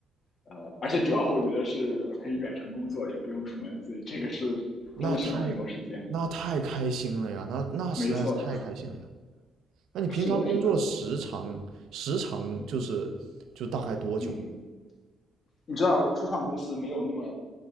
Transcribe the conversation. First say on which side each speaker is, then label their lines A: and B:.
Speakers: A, on the left; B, on the right.
A: 呃，而且主要我觉得是可以远程工作，也不用出门，所以这个是
B: 那太那太开心了呀！
A: 真的省了很多时间。
B: 那那实在是太开心了呀！
A: 没错，
B: 那你平常工作的时长时长就是就大概多久啊？
A: 是的，是的，嗯。你知道初创公司没有那么